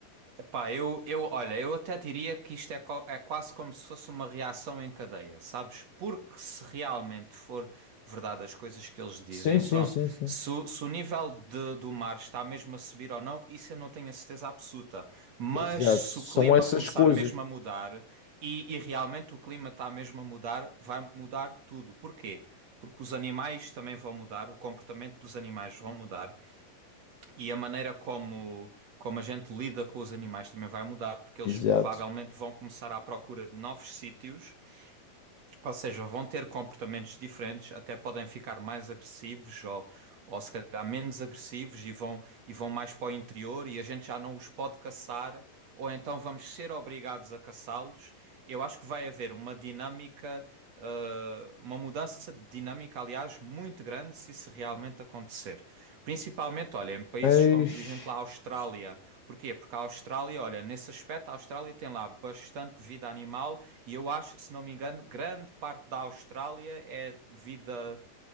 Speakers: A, on the right; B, on the left.
A: Epá, eu, eu, olha, eu até diria que isto é, co- é quase como se fosse uma reação em cadeia, sabes? Porque se realmente for verdade as coisas que eles dizem,
B: Sim, sim,
A: pronto,
B: sim, sim.
A: se, o se o nível de- do mar está mesmo a subir ou não, isso eu não tenho a certeza absoluta. Mas
B: Exato.
A: se
B: São
A: o clima
B: essas
A: começar
B: coisas.
A: mesmo a mudar, e, e realmente o clima está mesmo a mudar, vai mudar tudo. Porquê? Porque os animais também vão mudar, o comportamento dos animais vão mudar. E a maneira como, como a gente lida com os animais também vai mudar, porque eles
B: Exato.
A: provavelmente vão começar à procura de novos sítios, ou seja, vão ter comportamentos diferentes, até podem ficar mais agressivos ou, ou se calhar menos agressivos e vão, e vão mais para o interior e a gente já não os pode caçar, ou então vamos ser obrigados a caçá-los. Eu acho que vai haver uma dinâmica ah, uma mudança de dinâmica, aliás, muito grande se isso realmente acontecer. Principalmente, olha, em países
B: Eis.
A: como, por exemplo, a Austrália. Porquê? Porque a Austrália, olha, nesse aspecto, a Austrália tem lá bastante vida animal e eu acho, se não me engano, grande parte da Austrália é vida,